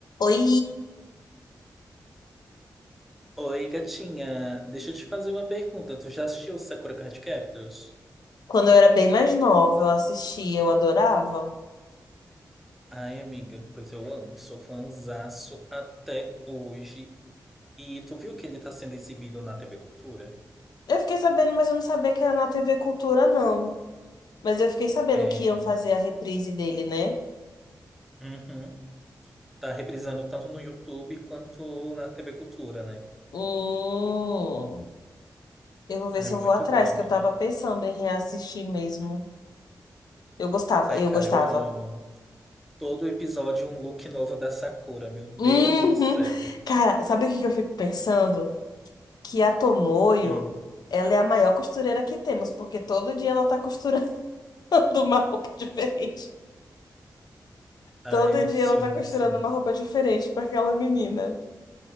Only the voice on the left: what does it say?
Oi!
Quando eu era bem mais nova, eu assistia, eu adorava.
Eu fiquei sabendo, mas eu não sabia que era na TV Cultura, não. Mas eu fiquei sabendo
que iam fazer a reprise dele, né?
Hum, eu vou ver
se
eu vou atrás,
que eu tava pensando em reassistir mesmo. Eu gostava,
eu
gostava.
Uhum.
Cara, sabe o que que eu fico pensando? Que a Tomoyo,
ela é a maior costureira que temos, porque todo dia ela tá costurando <laughs> uma roupa diferente.
Todo dia
ela tá costurando
uma roupa diferente pra aquela menina.